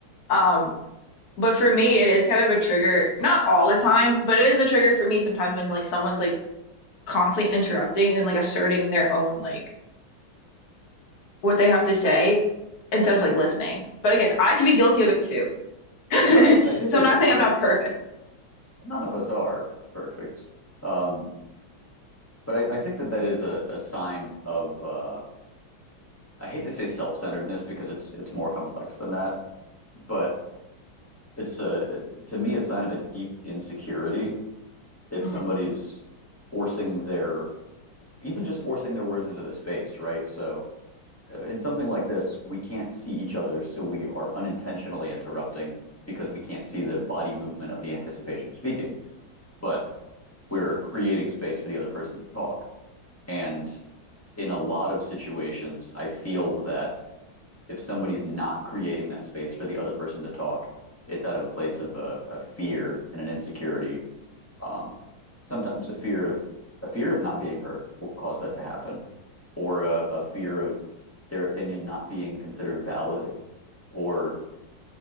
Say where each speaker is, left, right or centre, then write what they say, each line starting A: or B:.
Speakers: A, on the left (about 55°); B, on the left (about 20°).
A: Um, But for me, it is kind of a trigger, not all the time, but it is a trigger for me sometimes when like someone's like constantly interrupting and like asserting their own like what they have to say instead of like listening. But again, I could be guilty of it too. <laughs>
B: Yeah. I I think
A: So
B: it's
A: I'm not saying
B: it's
A: I'm not perfect.
B: none of us are perfect. Um, but I, I think that that is a, a sign of uh I hate to say self-centeredness because it's it's more complex than that, but it's a to me a sign of a deep insecurity if
A: Mm.
B: somebody's forcing their even just forcing their words into the space, right? So uh, in something like this, we can't see each other, so we are unintentionally interrupting because we can't see the body movement of the anticipation of speaking. but we're creating space for the other person to talk. And in a lot of situations, I feel that if somebody's not creating that space for the other person to talk, it's out of a place of a, a fear and an insecurity. Um, sometimes a fear of a fear of not being heard will cause that to happen, or a, a fear of their opinion not being considered valid, or